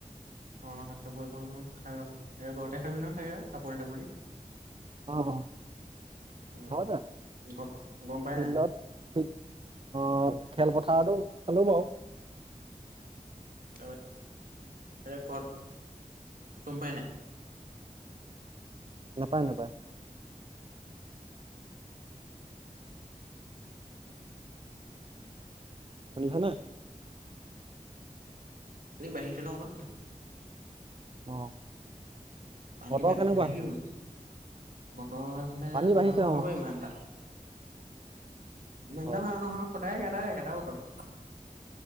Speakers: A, on the right; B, on the right.
A: অ', হাতচাপৰি কণ খাই ল, এতিয়া ঘৰতে খাবি ন চাগে আৰু তাপলি তাপলি।
B: অ',
A: উম
B: ঘৰতে।
A: ঘৰত গম পাই
B: ফিল্ডত
A: নাই
B: ফি, অ', খেলপথাৰতো খালো বাৰু।
A: <unintelligible> এতিয়া ঘৰত, গম পাই নাই?
B: নাপায়, নাপায়। শুনিছনে।
A: পানী বাঢ়িছে ন অকমান।
B: অ'।
A: পানী
B: বতৰ
A: বাঢ়িছে
B: কেনেকুৱা
A: নে
B: সেইফালে
A: কি বুলো? তঁহ সেইপিনে
B: পানী বাঢ়িছে
A: ভাল নহব
B: অ
A: ইমান এটা। ইমান
B: হয়
A: এটা ভাল নহয়, সদায় একেটা একেটা বতৰে।